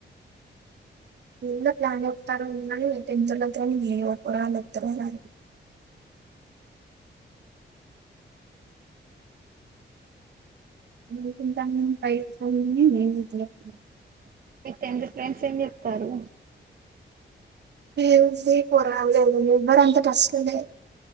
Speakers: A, on the right; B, on the right.
A: అ ఎప్లాన్తారుని పెంచదుని నే కూడాద్ద అని అడి <unintelligible>
B: మీ టెన్త్ ఫ్రెండ్స్ ఏం చేస్తారు
A: ఏముంది కొరాల లేదు ఎవ్వరు అంత టస్లులే